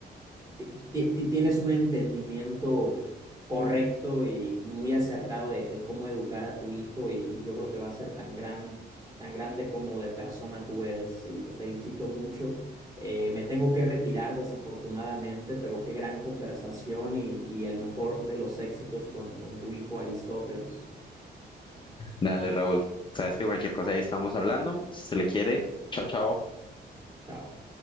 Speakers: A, on the right; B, on the left.
A: ti- ti- ti- tienes un entendimiento correcto y, y muy acertado de, de cómo educar a tu hijo y, y yo creo que va a ser tan gran, tan grande como de persona tú eres y te felicito mucho. Eh, me tengo que retirar desafortunadamente, pero qué gran conversación y, y el mejor de los éxitos con, con tu hijo Aristóteles.
B: Dale, Raúl. Sabes que cualquier cosa ahí estamos hablando. Si se le quiere, chao, chao.
A: Chao.